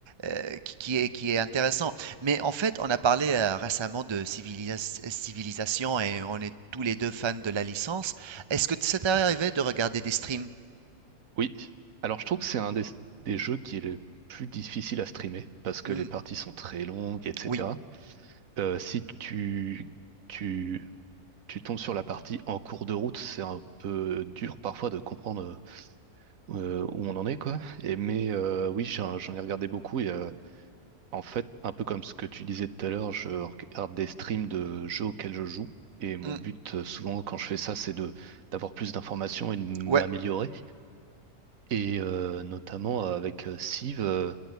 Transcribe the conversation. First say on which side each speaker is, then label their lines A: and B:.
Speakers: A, on the right (about 40°); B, on the right (about 65°).
A: euh, qui, qui est qui est intéressant. Mais en fait, on a parlé euh, récemment de civilis- civilisation et on est tous les deux fans de la licence. Est-ce que ça t'est arrivé de regarder des streams?
B: Oui. Alors, je trouve que c'est un des, des jeux qui est le plus difficile à streamer parce que
A: Hmm,
B: les parties sont très longues, etc.
A: oui.
B: Euh, si tu, tu, tu tombes sur la partie en cours de route, c'est un peu dur parfois de comprendre euh, où on en est, quoi. Et, mais euh, oui, j'en, j'en ai regardé beaucoup et euh, en fait, un peu comme ce que tu disais tout à l'heure, je regarde des streams de jeux auxquels je joue. Et mon
A: hmm,
B: but, euh, souvent, quand je fais ça, c'est de d'avoir plus d'informations et de m'améliorer.
A: ouais.
B: Et euh, notamment euh, avec euh, Civ, euh,